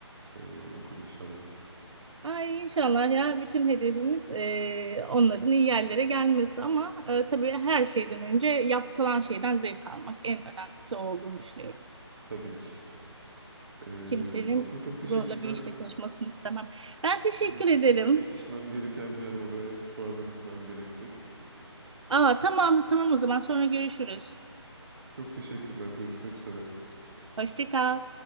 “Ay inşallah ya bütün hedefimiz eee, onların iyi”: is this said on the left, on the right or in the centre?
Right